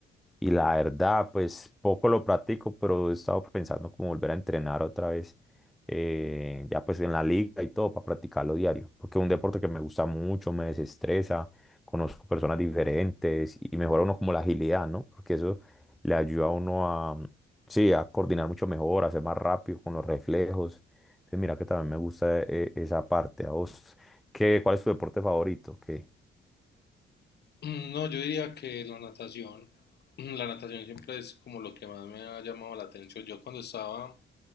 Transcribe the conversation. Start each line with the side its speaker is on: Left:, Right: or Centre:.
Centre: Y la verdad, pues poco lo practico, pero he estado pensando como volver a entrenar otra vez, eh, ya pues en la liga y todo, para practicarlo diario. Porque es un deporte que me gusta mucho, me desestresa, conozco personas diferentes y mejora uno como la agilidad, ¿no? Porque eso le ayuda a uno a, sí, a coordinar mucho mejor, a ser más rápido con los reflejos. Entonces, mira que también me gusta eh, esa parte. A vos. ¿Qué, cuál es tu deporte favorito? ¿Qué?
Left: Mm, No, yo diría que la natación, mm, la natación siempre es como lo que más me ha llamado la atención. Yo cuando estaba